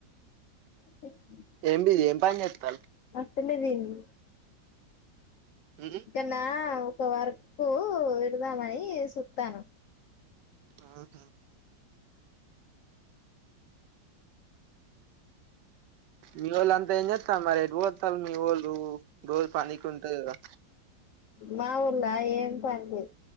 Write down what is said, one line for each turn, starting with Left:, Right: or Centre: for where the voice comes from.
Left: <unintelligible>
Right: ఏం బిజీ ఏం పని చేతల్లు
Left: అత్తలే ఏంది
Right: ఉమ్.
Left: ఇంకన్నా ఒక వర్క్ పెడదాం అని సుత్తానం
Right: ఆహా మీవొళ్ళు అంతా ఏం చెత్తన్లు మరి ఎటు పొయ్యి వత్తాన్లు మీవోళ్ళు రోజు పనికి ఉంటది కదా
Left: మావోల్ల ఏం పని లేదు